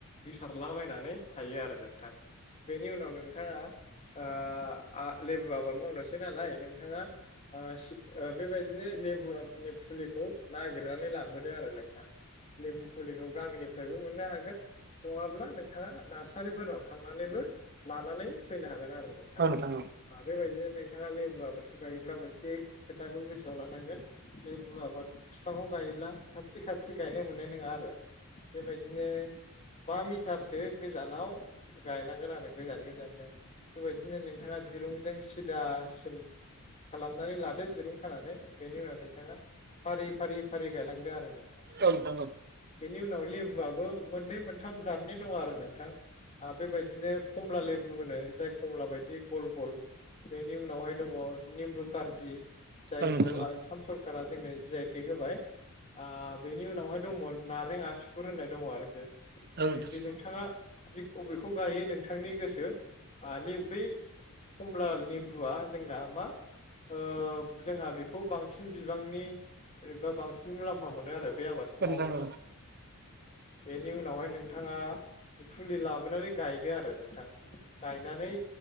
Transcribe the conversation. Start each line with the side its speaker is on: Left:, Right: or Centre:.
Left: गोसारलाबायनानै थायो आरो नोंथां बेनि उनाव नोंथाङा ओ आ लेबु आबाद मावनोसै नालाय नों थाङा ओ सि ओ बेबायदिनो लेबु आबादनि फुलिखौ नागिरनानै लाबोदों आरो नोंथां। लेबु फुलिखौ गामिनिफ्रायबो मोननो हागोन नङाब्ला नोंथाङा नार्सारिफोराव थांनानैबो लानानै फैनो हागोन आरो नों
Right: औ नोंथां औ
Left: ओ बेबायदिनो नोंथाङा लेबु आबादखौ गायोब्ला मोनसे खोथाखौ गोसोआव लानांगोन लेबु आबाद फिफांखौ गायोब्ला खाथि खाथि गायनो मोननाय नोङा आरो बेबायदिनो बा मिटारसो गोजानाव गायनांगोन आरो गोजान गोजाननो बेबायदिनो नोंथाङा दिरुंजों सिदा सिन खालामनानै लादो दिरुं खानानै बेनि उनाव नोंथाङा फारि फारि फारि गायलांदो आरो नों
Right: औ नोंथां औ
Left: बेनि उनाव लेबुआबो मोननै मोनथाम जादनि दं आरो नोंथां ओ बेबायदिनो खमला लेबु होनो जाय खमला बायदि गल गल बेनि उनावहाय दङ निमबु कारजि जायखौ
Right: औ नोंथां औ
Left: आसाम सर खारा जोंनो जि आइ टेग होबाय ओ बेनि उनावहाय दंमोन नारें आसुखुर होननाय दङ आरोखि
Right: औ
Left: बे
Right: नोंथां
Left: बे नोंथाङा जि अबेखौ गायो नोंथांनि गोसो ओ लेब बै कमला निमबुआ जोंना मा ओ जोंहा बेखौ बांसिन बिबांनि एबा बांसिन मुलाम्फा मोनो आरो बे आबादखौ
Right: औ
Left: मावोब्ला
Right: नोंथां औ
Left: बेनि उनावहाय नोंथाङा फुलि लाबोनानै गायदो आरो नोंथां गायनानै